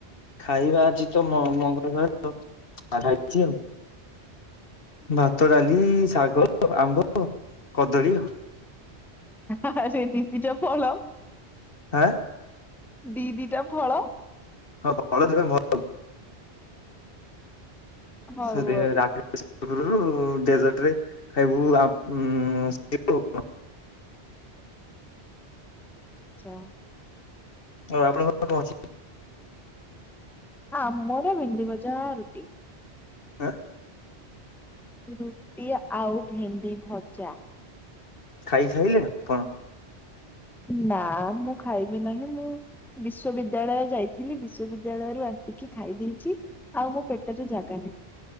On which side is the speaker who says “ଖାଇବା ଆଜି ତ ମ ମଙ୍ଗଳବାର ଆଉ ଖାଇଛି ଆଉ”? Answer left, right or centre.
Left